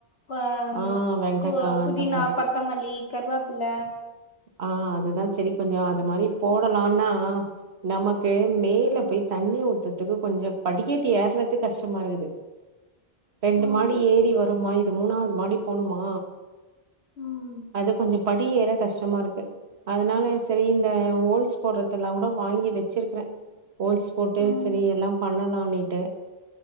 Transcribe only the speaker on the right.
ஆ வெண்டைக்கா
அந்த மாரி.
ஆ அதுதா சேரி கொஞ்சோ அது மாரி போடலான்னா நமக்கு மேல போய் தண்ணி ஊத்துற்துக்கு கொஞ்சோ படிக்கட்டு ஏறதுக் கஷ்டமா இருக்குது ரெண்டு
மாடி ஏறி வருமா இது மூணாவ்து மாடி போணுமா
அது கொஞ்சோ படி ஏற கஷ் டமா இருக்கு அதனால செரி இந்த ஓல்ஸ் போடுறதுல்லா கூட வாங்கி வெச்சுருக்குறே ஓல்ஸ் போட்டு
செரி எல்லா பண்ணலானீட்டு